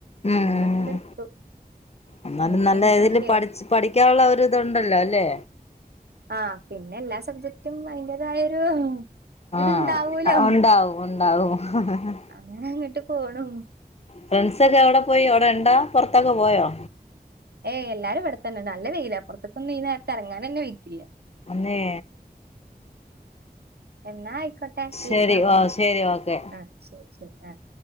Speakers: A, on the left; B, on the right.
A: ഉം ഉം
B: അങ്ങനെ അങ്ങ എടുത്തു
A: എന്നാലും
B: അങ്ങന
A: നല്ല
B: അങ്ങട്ട്
A: ഇതില്
B: പക്ക
A: പഠിച്ച് പഠിക്കാനുള്ള ഒരിത് ഉണ്ടല്ലോല്ലേ
B: ആഹ് പിന്നെ എല്ലാ സബ്ജക്ടും അതിന്റെതായൊരു ഇത്ണ്ടാവൂലോ
A: ആഹ് ഉണ്ടാവും ഉണ്ടാവും
B: അങ്ങനെ അങ്ങട്ട് പോണു
A: ഫ്രണ്ട്സ ഒക്കെ എവിടെ പോയി എവിടെ ഉണ്ടാ പുറത്തൊക്കെ പോയോ
B: ഏഹ് എല്ലാരുംവിടെത്തന്നെ നല്ല വെയില പുറത്ത് ഒന്നും ഈ നേരത്ത് ഇറങ്ങാൻ തന്നെ വെയ്ക്കില്ല
A: അന്നേ
B: ന്നായിക്കോട്ടെ
A: ശരി
B: വിളിക്കാം
A: ഓ ശരി ഓക്കെ
B: ആഹ് ശരി ശരി ആഹ്